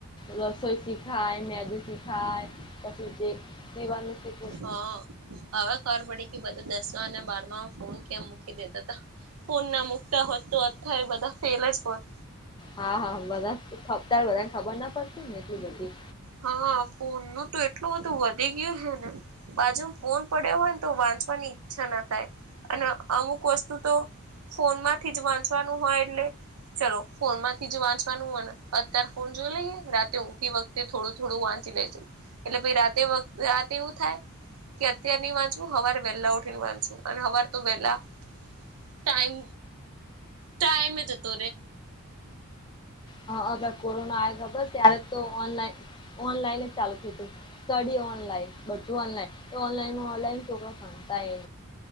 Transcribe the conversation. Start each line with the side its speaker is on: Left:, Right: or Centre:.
Left: રસોઈ શીખાય મેદું શીખાય પછી જે પીવાનું શીખ
Right: હ હવે ખબર પડી કે બધું દસમાં અને બારમા ફોન કેમ મૂકી દેતા તા ફોન ના મુકતા હોત તો અત્યારે બધા ફેલ જ હોત.
Left: હા હા બધા ખપતા બધા એન ખબર ના પડતી ને એટલી બધી
Right: હા ફોન નુ તો એટલું બધું વધી ગીયું હે ને. બાજુ ફોન પડ્યો હોય ને તો વાંચવાની ઈચ્છા ના થાય અને અમુક વસ્તુ તો ફોનમાંથી જ વાંચવાનું હોય એટલે. ચલો ફોનમાંથી જ વાંચવાનું હો ને અત્યારે ફોન જોઈ લઈએ રાતે ઊંઘથી વખ તે થોડું થોડું વાંચી લઈશું એટલે પછી રાતે રાતે એવું થાય કે અત્યાર નઈ વાચવું હવાર વેલા ઉઠીને વાંચવું હવાર તો વેલા ટાઈમ ટાઈમે જતો રે.
Left: હા હ <unintelligible> કોરોના આવે ખબર ત્યારે તો ઓનલાઈન ઓનલાઈન જ ચાલુ થિયુ તું સ્ટડી ઓનલાઈન બધું ઓનલાઈન તો ઓનલાઈનમાં ઓનલાઈન છોકરા ભણતાએ